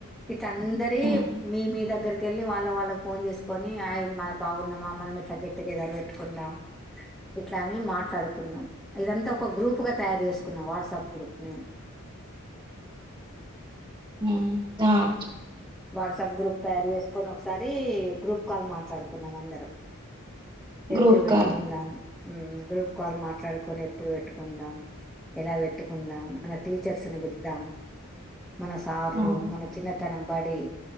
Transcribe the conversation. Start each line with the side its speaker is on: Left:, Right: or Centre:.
Centre: ఇట్ల అందరియి
Right: ఉమ్,
Centre: మీ మీ దగ్గర క్కేళ్ళి వాళ్ళ వాళ్ళకి ఫోన్ చేసుకొని మన బాగున్నామా మనం ఇట్లా గెట్ టుగెదర్ పెట్టుకుందాం ఇట్లానీ మాట్లాడుకున్నాం ఇదంతా ఒక గ్రూప్ గా తయారు చేసుకున్నాం వాట్సాప్ గ్రూప్ మేము అ
Right: ఉమ్ అట్
Centre: వాట్సాప్ గ్రూప్ తయారు చేసుకొని ఒకసారి గ్రూప్ కాల్ మాట్లాడుకున్నాం అందరం ఎప్పుడు
Right: గ్రూప్
Centre: పెట్టుకుందాం
Right: కాల్
Centre: ఉమ్ గ్రూప్ కాల్ మాట్లాడుకొని ఎప్పుడు పెట్టుకుందాం ఎలా పెట్టుకుందాం మన టీచర్స్ ని పిలుద్దామ్ మన సార్లు
Right: అవును
Centre: మన చిన్న తన బడి